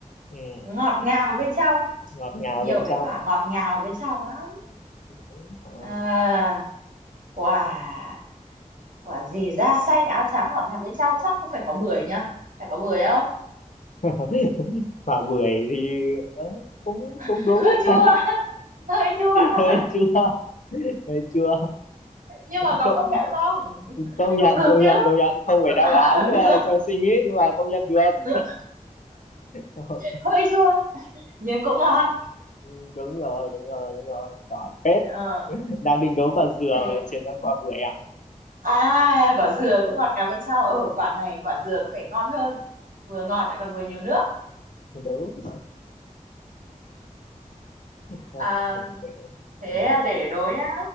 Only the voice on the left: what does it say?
ừ.
ngọt ngào
bên
trong
Đúng rồi.
<laughs> quả bưởi thì ờ, cũng cũng
đúng
<laughs>
hơi chua hơi chua
công,
công nhận
công
nhận công nhận không phải đáp
án ờ,
trong suy nghĩ nhưng mà công nhận được
<laughs> Ok.
Ừ, đúng rồi đúng rồi đúng rồi giỏi phết
đang định đố quả dừa
mà lại chuyển sang quả bưởi ạ
đúng Ồ,
ok
mà